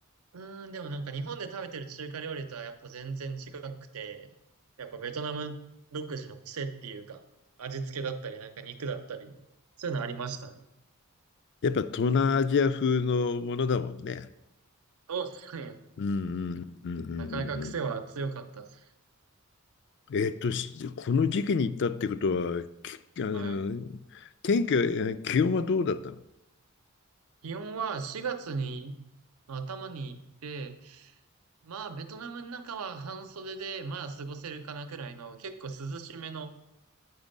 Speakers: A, on the right; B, on the left.
A: うーん、でもなんか日本で食べてる中華料理とはやっぱ全然違くて、やっぱベトナム独自の癖っていうか、味付けだったり、なんか肉だったり、そういうのありましたね。
B: やっぱ東南アジア風のものだもんね。
A: そうですね。
B: うんうんうんうんう
A: なかなか癖は強かったです。
B: んうん。えっと、しこの時期に行ったってことは、きあの、
A: はい。
B: 天気は、えー気温はどうだったの
A: 気温は4月に頭に行って、まあベトナムの中は半袖でまあ過ごせるかなくらいの結構涼しめの